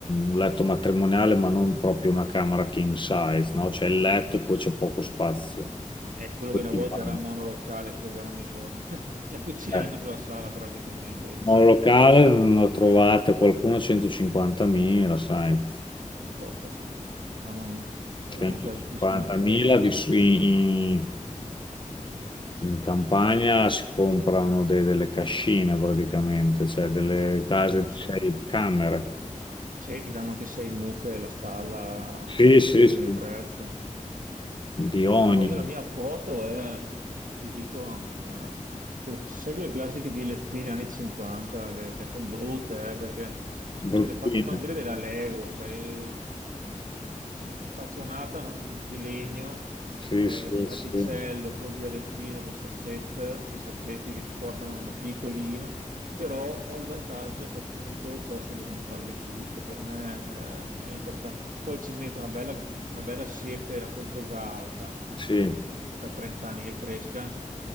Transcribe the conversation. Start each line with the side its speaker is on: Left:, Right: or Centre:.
Left: un letto matrimoniale, ma non proprio una camera king size, no? C'è il letto e poi c'è poco spazio.
Right: è quello
Left: Questo
Right: che una volta
Left: è il bagno.
Right: era un monolocale, solo che hanno messo <laughs> la cucina
Left: Eh,
Right: dentro sulla sala praticamente, diciamo.
Left: monolocale,
Right: beh,
Left: ne ho trovate qualcuno a 150.000, sai.
Right: porca pu- Mamma mia, veramente
Left: 150.000
Right: altissimo il prezzo.
Left: di su- in, in campagna si comprano de- delle cascine praticamente, cioè delle case
Right: Allora,
Left: di
Right: se,
Left: sei camere.
Right: se ti danno anche sei mucche e la stalla
Left: Sì,
Right: comprese
Left: sì, sì,
Right: nel prezzo.
Left: di ogni,
Right: No, io la mia apporto è, ti dico, eh, segue le classiche dilettine anni 50, che sono brutte, eh, perché sono
Left: bruttine.
Right: quelle fatte, sembrano quelle della Lego, sai, stazionata, non di legno,
Left: Sì,
Right: eh,
Left: sì,
Right: praticello,
Left: sì,
Right: col dialettino, con i sasset- sui sassetti che ti portano, ma piccolino, però ho il vantaggio che appunto posso mettermi il barbecue, che per me, eh, è importante. Poi ci metto una bella, una bella siepe, la compro già alta, quindi
Left: sì.
Right: non posso aspettare 30 anni che cresca,